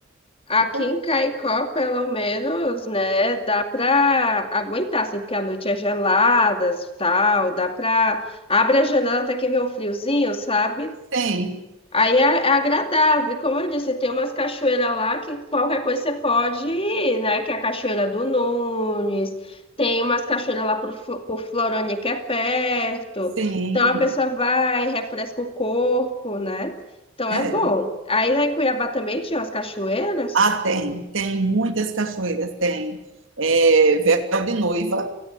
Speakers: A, on the left; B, on the right.
A: aqui
B: É complicado.
A: em Caicó, pelo menos, né, dá pra aguentar, assim, porque a noite é gelada, tal, dá pra... Abre a janela até que vê um friozinho, sabe?
B: Sim,
A: Aí é, é agradável. E como eu disse, tem umas cachoeiras lá que qualquer coisa você pode ir, né? Que é a Cachoeira do Nunes. Tem umas cachoeiras lá pro, Fl- pro Florânia que é perto.
B: sim.
A: Então a pessoa vai, refresca o corpo, né? Então
B: É,
A: é bom.
B: é.
A: Aí lá em Cuiabá também tinha umas cachoeiras.
B: Ah, tem, tem muitas cachoeiras, tem é, Véu de Noiva,